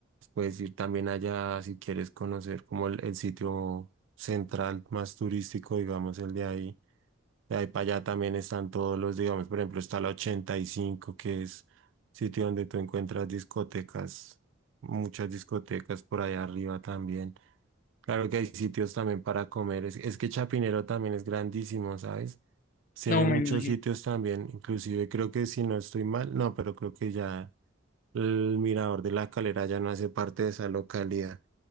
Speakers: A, on the right; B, on the left.
A: Puedes ir también allá si quieres conocer como el, el sitio central más turístico, digamos, el de ahí. De Ahí para allá también están todos los, digamos, por ejemplo, está la 85 que es sitio donde tú encuentras discotecas, muchas discotecas por allá arriba también. Claro que hay sitios también para comer. Es, es que Chapinero también es grandísimo, ¿sabes? Tiene
B: No me
A: muchos
B: imagino.
A: sitios también, inclusive creo que si no estoy mal, no, pero creo que ya el mirador de la calera ya no hace parte de esa localidad.